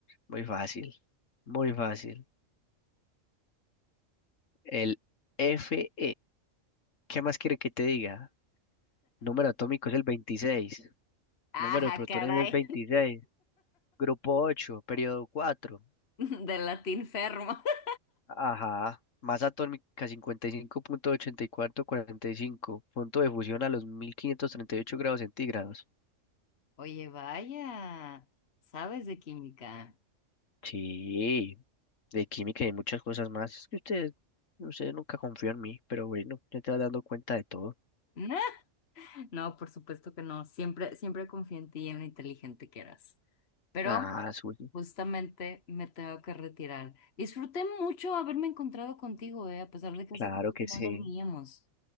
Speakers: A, on the left; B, on the left.
A: Muy fácil, muy fácil. El Fe. ¿Qué más quiere que te diga? Número atómico es el 26.
B: Ajá,
A: Número de protones
B: caray.
A: es 26. Grupo 8, periodo 4.
B: <laughs> Del latín fermo. <laughs>
A: Ajá. Masa atómica 55.8445. Punto ochenta y cuatro cuarenta y cinco. Punto de fusión a los 1538 grados centígrados.
B: Oye, vaya. ¿Sabes de química?
A: Sí, de química y muchas cosas más. Es que usted, usted nunca confió en mí, pero bueno, ya te vas dando cuenta de todo.
B: <laughs> No, por supuesto que no. Siempre, siempre confío en ti y en lo inteligente que eras. pero
A: Ah, Zuli,
B: justamente me tengo que retirar. Disfruté mucho haberme encontrado contigo, eh, a pesar de que
A: claro
B: hace tiempo
A: que
B: que
A: sí.
B: no nos veíamos,